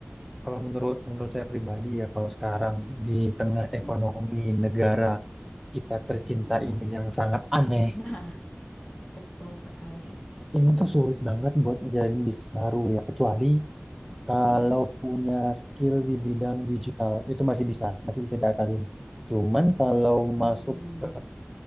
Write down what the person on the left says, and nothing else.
mm-mm,
mm-mm.
Nah, betul sekali.
Mm-mm.
Hmm,